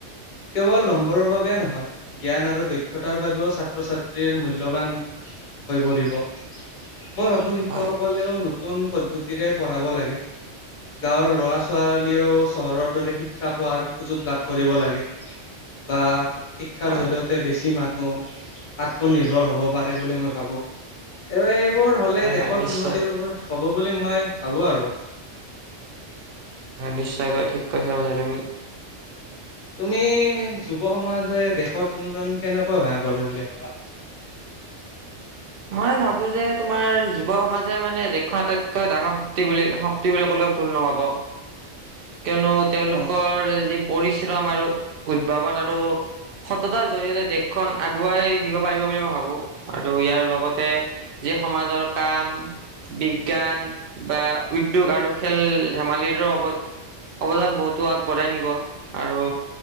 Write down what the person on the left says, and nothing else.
কেৱল নম্বৰৰ বাবে নহয় জ্ঞান আৰু দক্ষতাৰ বাবেও ছাত্ৰ ছাত্ৰীৰ মূল্যবান হৈ পৰিব মই ভাবো শিক্ষকসকলেও
নতুন পদ্ধতিৰে পঢ়াব লাগে। গাঁৱৰ লৰা- ছোৱালীয়েও চহৰৰ দৰে শিক্ষা পোৱাৰ সুযোগ লাভ কৰিব লাগে। বাঃ শিক্ষাৰ
জৰিয়তে বেছি মানুহ আত্মনিৰ্ভৰ হব পাৰে বুলি মই ভাবো এই এইবোৰ হলে
দেশত
উন্নতিৰ হব বুলি মই ভাবো আৰু
তুমি যুৱ সমাজে দেশত উন্নয়ন কেনেকৈ সহায় কৰে বুলি ভাবা?
অ',